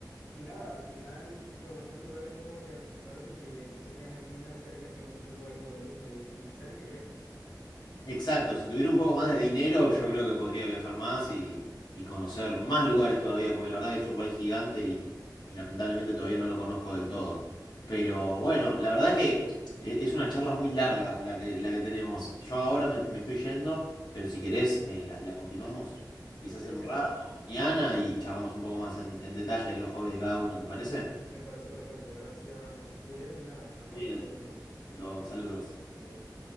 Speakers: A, on the left; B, on the left.
A: y nada, al final conocer lugares nuevos que al- vale mucho. Y eh, yo sé que en Argentina cerca tiene muchos lugares muy bonitos y, y cerca y lejos.
B: Exacto, si tuviera un poco más de dinero, yo creo que podría viajar más y, y conocer más lugares todavía, porque la verdad que es un país gigante y, y lamentablemente todavía no lo conozco del todo. Pero bueno, la verdad es que e- es una charla muy larga la que, la que tenemos. Yo ahora me, me estoy yendo, pero si querés, eh, la, la continuamos quizás
A: Sí,
B: en un
A: seguro.
B: rato, mañana, y charlamos un poco más en, en detalle de los hobbies de cada uno, ¿te parece?
A: Mm, me parece perfecto. Gracias, Julián. Y nada, estamos
B: Bien,
A: en contacto entonces.
B: perfecto, saludos.
A: Saludos.